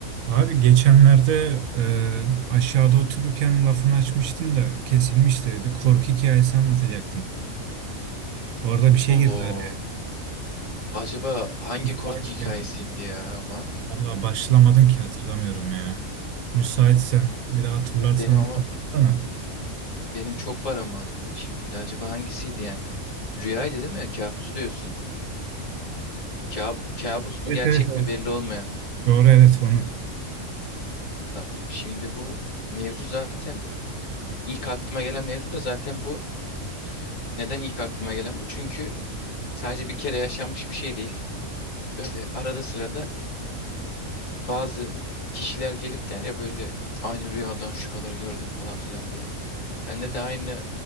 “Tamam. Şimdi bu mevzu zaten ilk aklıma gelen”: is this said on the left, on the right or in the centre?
Left